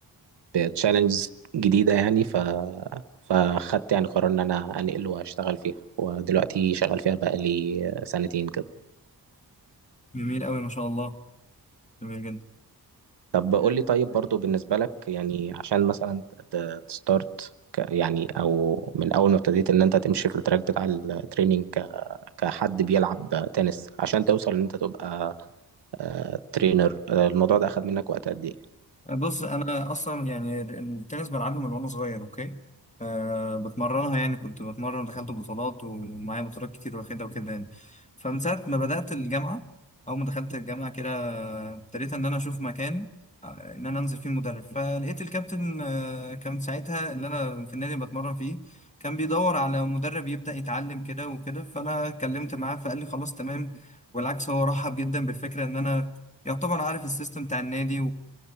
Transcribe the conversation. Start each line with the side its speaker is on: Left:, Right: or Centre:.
Right: بتشالنجز جديدة يعني ف فخدت يعني قرار إن أنا أنقل وأشتغل فيها ودلوقتي شغال فيها بقالي سنتين كده
Left: جميل أوي ما شاء الله جميل
Right: طب قول
Left: جدا
Right: لي طيب برضو بالنسبة لك يعني عشان مثلا ت- ت- تستارت ك يعني او من اول ما ابتديت ان انت تمشي في التراك بتاع التريننج ك كحد بيلعب تنس عشان توصل ان انت تبقى آه، ترينر آه، الموضوع ده اخد منك وقت قد ايه؟
Left: بص انا اصلا يعني التنس بلعبه من وانا صغير اوكي أه بتمرنها يعني كنت بتمرن دخلت بطولات ومعايا بطولات كتير واخدها وكده يعني فمن ساعه ما بدات الجامعه اول ما دخلت الجامعه كده ابتديت ان انا اشوف مكان آه، ان انا انزل فيه مدرب فلقيت الكابتن آه، كان ساعتها اللي انا في النادي بتمرن فيه كان بيدور على مدرب يبدا يتعلم كده وكده فانا اتكلمت معاه فقال لي خلاص تمام والعكس هو رحب جدا بالفكره ان انا يعتبر عارف السيستم بتاع النادي